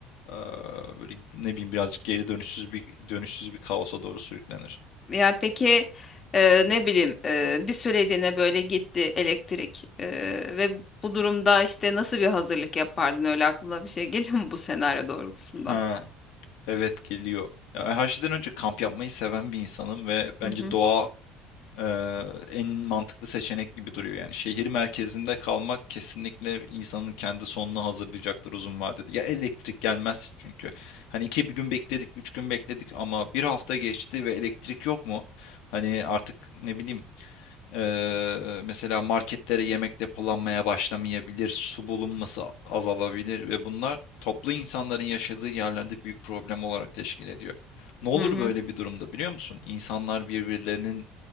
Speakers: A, on the left; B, on the left.
A: eee, böyle ne bileyim birazcık geri dönüşsüz bir dönüşsüz bir kaosa doğru sürüklenir.
B: Ya peki e, ne bileyim e, bir süreliğine böyle gitti elektrik e, ve bu durumda işte nasıl bir hazırlık yapardın öyle aklına bir şey geliyor mu bu senaryo doğrultusunda?
A: Ha, evet geliyor. Ya ben her şeyden önce kamp yapmayı seven bir insanım ve bence
B: Hı hı.
A: doğa Eee, en mantıklı seçenek gibi duruyor yani. Şehir merkezinde kalmak kesinlikle insanın kendi sonunu hazırlayacaktır uzun vadede. Ya elektrik gelmez çünkü. Hani iki bir gün bekledik, üç gün bekledik ama bir hafta geçti ve elektrik yok mu? Hani artık ne bileyim eee, mesela marketlere yemek depolanmaya başlamayabilir, su bulunması azalabilir ve bunlar toplu insanların yaşadığı yerlerde büyük problem olarak teşkil ediyor. Ne olur
B: Hı hı.
A: böyle bir durumda biliyor musun? İnsanlar birbirlerinin